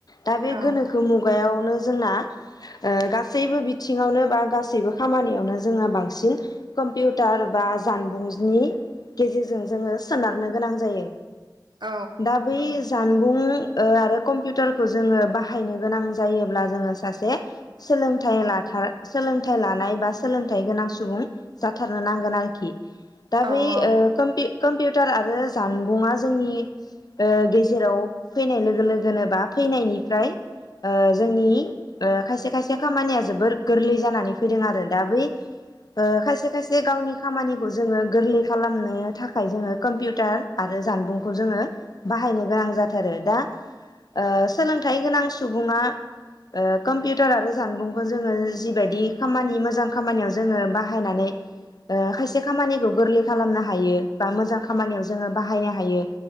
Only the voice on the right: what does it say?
औ
औ
औ
औ